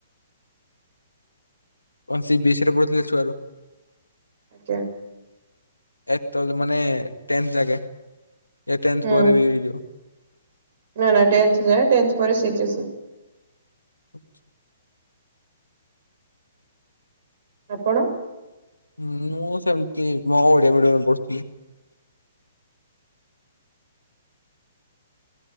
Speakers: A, on the left (about 80°); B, on the right (about 50°).
A: ସି ବି ଏସ ରେ ପଢ଼ଥିଲେ କି ଛୁଆ ରୁ
B: ଆଜ୍ଞା
A: ଏ ମାନେ ଟେନ୍ଥ ଜାଗେ ଏ ଟେନ୍ଥ
B: ହୁଁ
A: ପରେ ବି ଏଇ ଜୋ
B: ନା ନା ଟେନ୍ଥ ଯାଏ ଟେନ୍ଥ ପରେ ସି ଏଚ ସି
A: ଆଛା
B: ଆପଣ
A: ହଁ ମୁଁ ସେମିତି ମୋ ଓଡିଆ ମିଡିମରେ ପଢୁଥିଲି